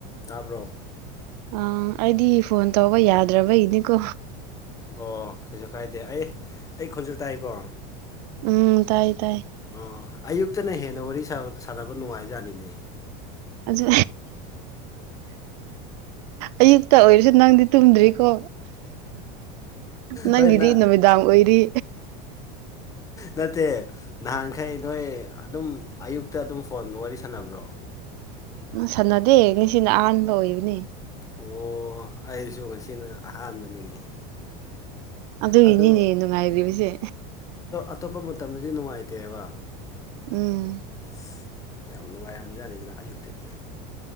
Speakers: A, on the left; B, on the right.
A: ꯇꯥꯕ꯭ꯔꯣ
B: ꯑ ꯑꯩꯗꯤ ꯐꯣꯟ ꯇꯧꯕ ꯌꯥꯗ꯭ꯔꯕꯒꯤꯅꯤꯀꯣ
A: ꯑꯣ ꯀꯩꯁꯨ ꯀꯥꯏꯗꯦ ꯑꯩ ꯑꯩ ꯈꯣꯟꯁꯨꯦꯜ ꯇꯥꯏꯀꯣ
B: ꯎꯝ ꯇꯥꯏ ꯇꯥꯏ
A: ꯑꯣ ꯑꯌꯨꯛꯇꯅ ꯍꯦꯟꯅ ꯋꯥꯔꯤ ꯁꯥꯟꯅꯕ ꯅꯨꯡꯉꯥꯏꯖꯥꯠꯅꯤꯅꯦ
B: ꯑꯗꯨ ꯑꯌꯨꯛꯇ ꯑꯣꯏꯔꯁꯨ ꯅꯪꯗꯤ ꯇꯨꯝꯗ꯭ꯔꯤꯀꯣ ꯅꯪꯒꯤꯗꯤ
A: ꯍꯣꯏ ꯅ
B: ꯅꯨꯃꯤꯗꯥꯡ ꯑꯣꯏꯔꯤ
A: ꯅꯠꯇꯦ ꯅꯍꯥꯟꯈꯩ ꯅꯣꯏ ꯑꯗꯨꯝ ꯑꯌꯨꯛꯇ ꯑꯗꯨꯝ ꯐꯣꯟ ꯋꯥꯔꯤ ꯁꯥꯟꯅꯕ꯭ꯔꯣ
B: ꯎ ꯁꯥꯟꯅꯗꯦ ꯅꯤꯡꯁꯤꯅ ꯑꯍꯥꯟꯕ ꯑꯣꯏꯕꯅꯦ
A: ꯑꯣ ꯑꯩꯁꯨ ꯉꯁꯤꯅ ꯑꯍꯥꯟꯕꯅꯤꯅꯦ
B: ꯑꯗꯨꯒꯤꯅꯤꯅꯦ
A: ꯑ ꯎꯝꯞ
B: ꯅꯨꯡꯉꯥꯏꯔꯤꯕꯁꯦ
A: ꯑꯇꯣꯞꯄ ꯃꯇꯝꯗꯗꯤ ꯅꯨꯡꯉꯥꯏꯇꯦꯕ
B: ꯎꯝ
A: ꯑꯁ ꯌꯥꯝ ꯅꯨꯡꯉꯥꯏꯔꯝꯖꯥꯅꯤꯗꯅ ꯑꯌꯨꯛꯇꯗꯤ